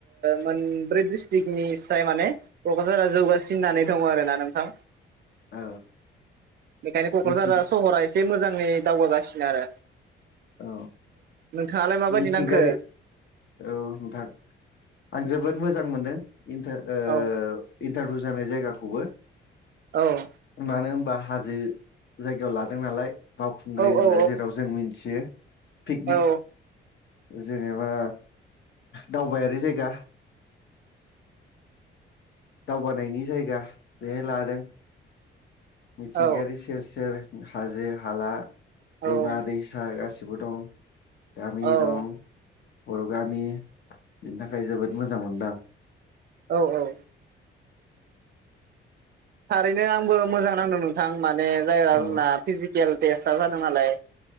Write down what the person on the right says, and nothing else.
मोनब्रै डिस्ट्रिकनि साय माने क'क्राझारा जौगासिन होननानै दङ आरो ना नोंथां।
बेखायनो क'क्राझारा
सहरा एसे एसे मोजाङै दावगागासिनो आरो
नोंथाङालाय माबायदि
नांखो?
औ
औ
औ
औ
औ
<inaudible>
औ
औ
औ
औ औ थारैनो आंबो मोजां नांदों नोंथां माने जायगा
जोंना फिजिकेल टेस्टआ जादों नालाय